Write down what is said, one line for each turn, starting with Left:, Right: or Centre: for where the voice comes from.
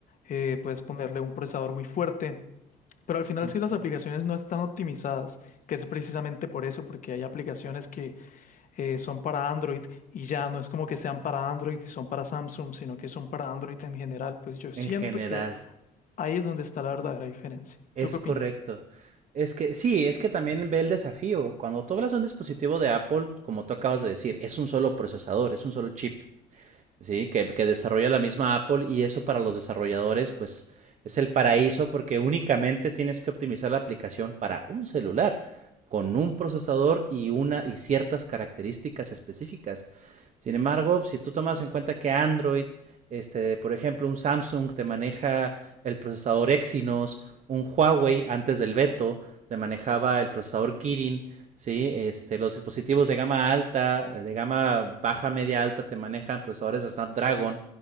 Left: eh, puedes ponerle un procesador muy fuerte. Pero al final
Right: Ujú.
Left: si las aplicaciones no están optimizadas, que es precisamente por eso, porque hay aplicaciones que eh, son para Android y ya no es como que sean para Android y son para Samsung, sino que son para Android en general, pues yo siento
Right: En general,
Left: que ahí es donde está la verdadera diferencia.
Right: es
Left: ¿Tú qué opinas?
Right: correcto. Es que sí, es que también ve el desafío. Cuando tú hablas de un dispositivo de Apple, como tú acabas de decir, es un solo procesador, es un solo chip. Sí, que, que desarrolla la misma Apple y eso para los desarrolladores pues es el paraíso porque únicamente tienes que optimizar la aplicación para un celular con un procesador y una y ciertas características específicas. Sin embargo, si tú tomas en cuenta que Android, este, por ejemplo, un Samsung te maneja el procesador Exynos, un Huawei antes del veto te manejaba el procesador Kirin, Sí, este, los dispositivos de gama alta, eh, de gama baja, media, alta, te manejan procesadores de Snapdragon,